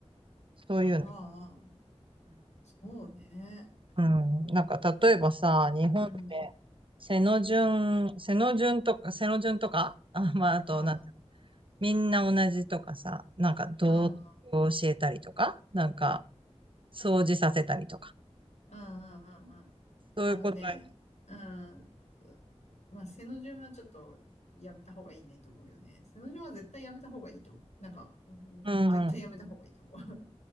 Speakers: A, on the right (about 50°); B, on the left (about 80°).
A: そういうの。
B: ああそうね。
A: うん。うん。なんか例えばさ、日本って、
B: うん。
A: 背の順、背の順とか、背の順とか、<laughs> あ、まああと、
B: あ
A: なんみんな同じとかさ、なんか道徳を教えたりとか、
B: あ、あ
A: なんか掃除させたりとか、
B: あ、ああ、ああ、
A: そういうことや。
B: あのね、うん、まあ、背の順はちょっとやめた方がいいねと思うよね。背の順は絶対やめた方がいいと思う。なんか、うん絶対やめた方がいいと思う。
A: うん。
B: <laughs>